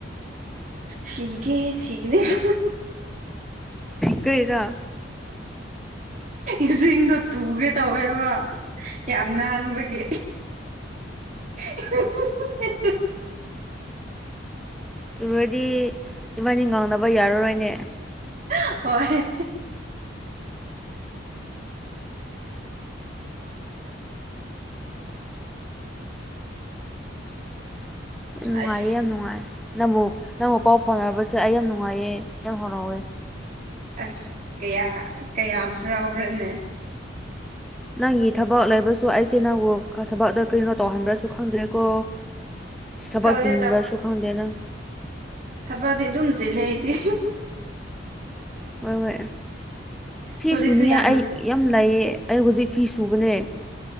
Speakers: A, on the right (about 45°); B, in the centre.
A: ꯁꯤꯤꯒꯦ ꯁꯤꯤꯒꯅꯦ <inaudible>
B: ꯀꯔꯤꯔꯥ
A: ꯏꯁꯤꯡꯗꯣ ꯇꯨꯒꯦ ꯇꯧꯋꯦꯕ ꯌꯥꯝ ꯅꯥꯟꯕꯒꯤ <inaudible>
B: ꯇꯨꯔꯗꯤ ꯏꯕꯥꯅꯤ ꯉꯥꯡꯅꯕ ꯌꯥꯔꯔꯣꯏꯅꯦ
A: ꯍꯣꯏ
B: ꯌꯥꯝ ꯅꯨꯡꯉꯥꯏꯌꯦ
A: ꯑꯁ
B: ꯌꯥꯝ ꯅꯨꯡꯉꯥꯏ ꯅꯪꯕꯨ ꯅꯪꯕꯨ ꯄꯥꯎ ꯐꯥꯎꯅꯔꯕꯁꯦ ꯑꯩ ꯌꯥꯝ ꯅꯨꯡꯉꯥꯏꯌꯦ ꯌꯥꯝ ꯍꯔꯥꯎꯋꯦ
A: ꯑꯁ ꯀꯌꯥ ꯀꯌꯥꯝ ꯍꯔꯥꯎꯕ꯭ꯔꯅꯦ
B: ꯅꯪꯒꯤ ꯊꯕꯛ ꯂꯩꯕꯁꯨ ꯑꯩꯁꯦ ꯅꯪꯕꯨ ꯊꯕꯛꯗ ꯀꯔꯤꯅꯣ ꯇꯧꯍꯟꯕ꯭ꯔꯁꯨ ꯈꯪꯗ꯭ꯔꯦꯀꯣ ꯊꯕꯛ
A: ꯇꯧꯗꯦ
B: ꯆꯤꯟꯕꯁꯨ ꯈꯪꯗꯦ ꯅꯪ
A: ꯊꯕꯛꯗꯤ ꯑꯗꯨꯝ ꯆꯤꯂꯦ ꯑꯩꯗꯤ
B: ꯍꯣꯏ ꯍꯣꯏ ꯐꯤ
A: ꯍꯧꯖꯤꯛꯁꯨ
B: ꯁꯨꯅꯤꯉꯥꯏ
A: ꯌꯥꯝ
B: ꯑꯩ ꯌꯥꯝ ꯂꯩꯑ ꯑꯩ ꯍꯧꯖꯤꯛ ꯐꯤ ꯁꯨꯕꯅꯦ